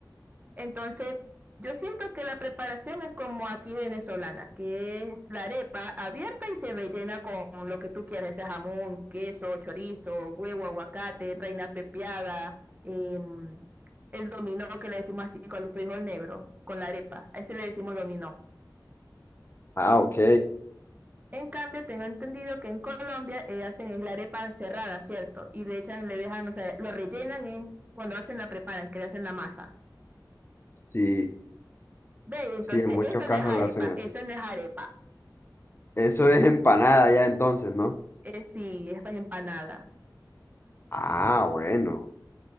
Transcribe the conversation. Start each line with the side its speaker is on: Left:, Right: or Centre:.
Right: Entonces, yo siento que la preparación es como aquí venezolana, que es la arepa abierta y se rellena con lo que tú quieras, sea jamón, queso, chorizo, huevo, aguacate, reina pepiada, em, el dominó que le decimos así con el frijol negro, con la arepa. A ese le decimos dominó.
Left: Ah, ok.
Right: En cambio, tengo entendido que en Colombia eh, hacen es la arepa cerrada, ¿cierto? Y le echan, le dejan, o sea, lo rellenan y cuando hacen la preparan, que le hacen la masa.
Left: Sí,
Right: Ve, entonces
Left: sí, en muchos
Right: eso
Left: casos
Right: no es arepa,
Left: la hacen así.
Right: eso no es arepa.
Left: Eso es empanada ya entonces, ¿no?
Right: Es sí, es pues, empanada.
Left: Ah, bueno.